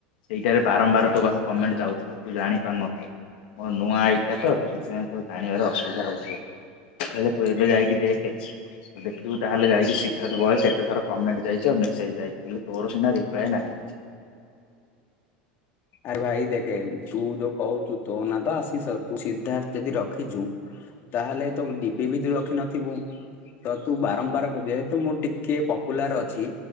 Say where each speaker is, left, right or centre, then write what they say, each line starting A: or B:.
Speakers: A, on the left; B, on the left.
A: ସେଇଟାରେ ବାରମ୍ବାର ତୋ ପାଖକୁ କମେଣ୍ଟ ଯାଉଥିବ ତୁ ଜାଣିପାରୁନଥିବୁ। ମୋର ନୂଆ ଆଇ ଟା ତ ତୁ ସେଥିପାଇଁ ତ ଜାଣିବାରେ ଅସୁବିଧା ହଉଥିବ, ହେଲେ ତୁ ଏବେ ଯାଇକି ଦେଖେ ଦେଖିବୁ ତାହେଲେ ଯାଇକି ସିଦ୍ଧାର୍ଥ ବୟ କେତେଥର କମେଣ୍ଟ ଯାଇଛି ଆଉ ମେସେଜ୍ ଯାଇଛି ହେଲେ ତୋର ସିନା ରିପ୍ଲାଏ ନାହିଁ।
B: ଆରେ ଭାଇ ଦେଖେ ତୁ ଯୋଉ କହୁଛୁ ତୋ ନା ତ ଆସିସ ତୁ ସିଦ୍ଧାର୍ଥ ଯଦି ରଖିଛୁ ତାହେଲେ ତୁ ଡିପି ବି ତ ରଖିିନଥିବୁ। ତୁ ବାରମ୍ବାର ଯେହେତୁ ମୁଁ ଟିକେ ପପୁଲାର ଅଛି